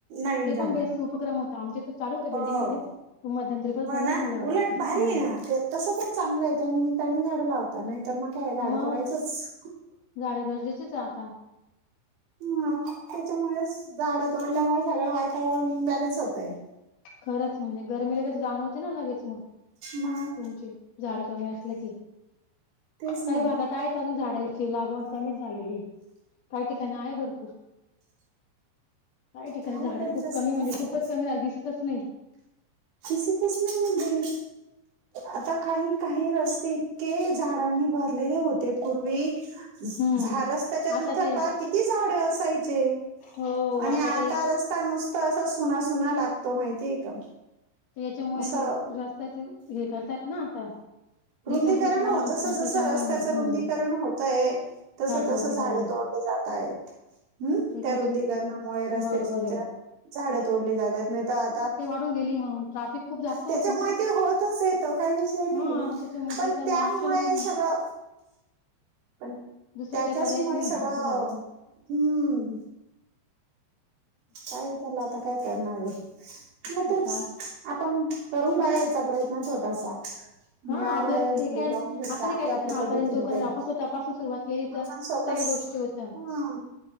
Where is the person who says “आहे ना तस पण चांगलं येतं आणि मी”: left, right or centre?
Right